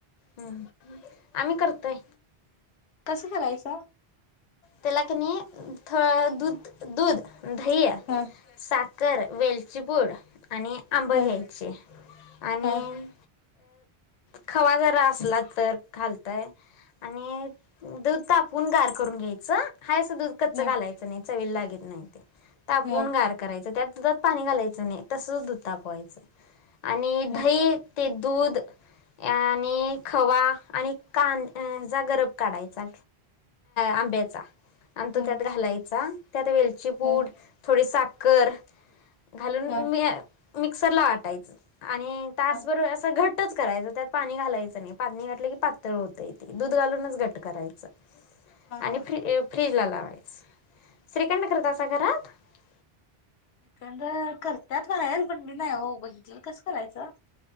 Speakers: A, on the left; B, on the left.
A: हम् आम्ही करतोय.
B: कसं करायचं?
A: त्याला कनी थोडं दूध दूध धैया
B: ह
A: साात तर वेलचीपूड, आणि आंबं
B: ह
A: घ्यायचे आणि
B: ह
A: खवा जरा असला तर घालतंय आणि दूध तापून गार करून घ्याय हं. हय असं दूध कच
B: ह
A: घायच नाही. चवीला लागत नाही ते तापवून
B: ह
A: गार करायचं त्यात दुधात पाणी घालायचं नाही. तसच दूध तापवायचं. आणि
B: ह
A: धही ते दूध आणि खवा आणि कान जा गरब काढायचा आंब्याचा चा आणि तो
B: ह
A: त्यात घालायचा. त्यात वेलची पूड
B: हं
A: थोडी साख कर घालून
B: हा.
A: मी मिक्सरला वाटायचं. आणि तासभर
B: हा
A: असं घट घटच करायचं, त्यात पाणी घालायचं नाही. पाणी घातलं की पातळ होत ते, दूध घालूनच घट करायचं.
B: हा-हा
A: आणि फ्री फ्रीजला लावायचं. श्रीकंठ करदास <unintelligible>
B: एकंदर करतात म्हणा हे पण मी नाही हो बघितलेल. कसं करायचं?